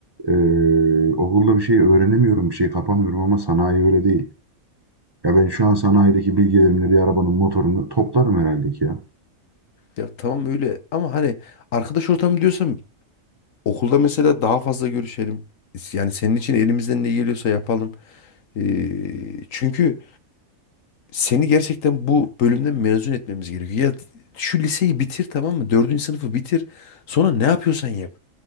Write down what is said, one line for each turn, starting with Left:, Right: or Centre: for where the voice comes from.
Right: Eee okulda bir şey öğrenemiyorum, bir şey kapamıyorum ama sanayi öyle değil. Ya ben şu an sanayideki bilgilerimle bir arabanın motorunu toplarım herhalde ki ya.
Left: Ya tamam öyle ama hani arkadaş ortamı diyorsam okulda mesela daha fazla görüşelim. Yani senin için elimizden ne geliyorsa yapalım. Ee, çünkü seni gerçekten bu bölümden mezun etmemiz gerekiyor. Ya şu liseyi bitir tamam mı? Dördüncü sınıfı bitir. Sonra ne yapıyorsan yap.